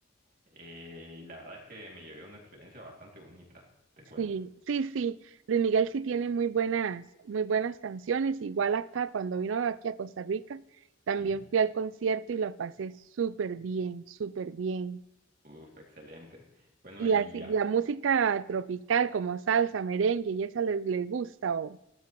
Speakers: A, on the right; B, on the right.
A: Eh, y la verdad es que me llevé una experiencia bastante bonita, te cuento.
B: sí, sí, sí. Luis Miguel sí tiene muy buenas, muy buenas canciones. Igual acá, cuando vino aquí a Costa Rica, también
A: Sí,
B: fui al concierto y la pasé súper bien, súper bien.
A: Uf, excelente. Bueno,
B: Y
A: y,
B: así,
A: ya.
B: la música tropical como salsa, merengue y esa les, les gusta o